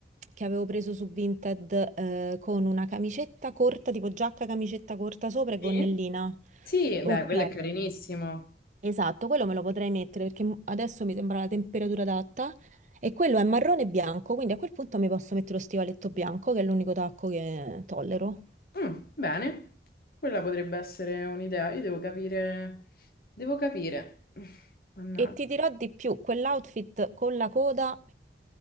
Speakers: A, on the right; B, on the left.
A: che avevo preso su Vinted eh, con una camicetta corta, tipo giacca, camicetta corta sopra e gonnellina.
B: Sì? Sì,
A: Ok.
B: beh, quello è carinissimo.
A: Esatto, quello me lo potrei mettere perché m- adesso mi sembra la temperatura adatta e quello è marrone e bianco, quindi a quel punto mi posso mettere lo stivaletto bianco, che è l'unico tacco che tollero.
B: Mm, bene, quella potrebbe essere un'idea. Io devo capire. Devo capire. <laughs> <sighs> Mannaggia.
A: E ti dirò di più, quell'outfit con la coda